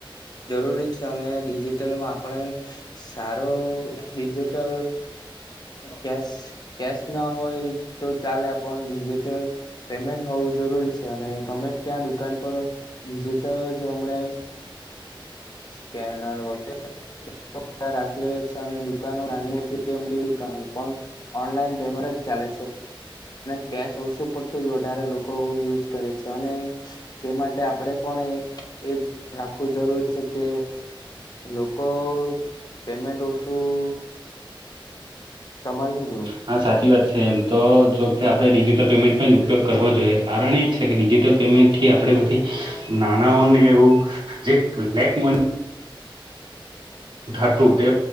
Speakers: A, on the left; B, on the right.
A: જરૂરી છે અને ડિજિટલમાં આપણે સારો ડિજિટલ કે કેશ ના હોય તો ચાલે આપ ડિજિટલ પેમેન્ટ હોવું જરૂરી છે અને ગમે ત્યાં દુકાન પર ડિજિટલ જો હમણે સ્કનર વગ <unintelligible> રાખી રહ્યા છે અને દુકાનો નાની મો કેટી દુકાનો પણ ઓનલાઈન પેમેન્ટ જ ચાલે પતું વધારે લોકો યુઝ કરે છે માટે આપડે પણ એ એજ રાખવું જરૂર છે કે લોકો પેમેન્ટ ઓછું તમારે શું કેવું
B: હા સાચી વાત છે એમ તો જો કે આપણે ડિજિટલ પેમેન્ટનો જ ઉપયોગ કરવો જોઈએ કારણ એ જ છે કે ડિજિટલ પેમેન્ટથી આપણે બધી નાણાઓને એવું જે લક મની હતું તે